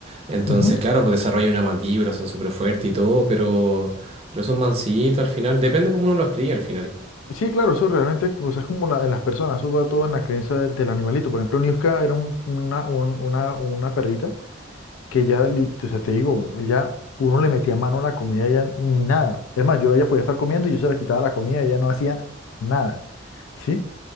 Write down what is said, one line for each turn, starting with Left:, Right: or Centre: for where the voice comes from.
Right: Entonces,
Left: Ujú.
Right: claro, pues desarrollan una mandíbula, son súper fuertes y todo, pero, pero son mansitos al final. Depende cómo uno los cría al final.
Left: Sí, claro, eso realmente, o sea, es como la- en las personas, eso va todo en la creencia del animalito. Por ejemplo, Niuska era un- una, un- una, una perrita que ya, li- o sea, te digo, ella, uno le metía mano a la comida, ella ni nada. Es más, yo, ella podía estar comiendo y yo se la quitaba la comida, ella no hacía nada, ¿sí?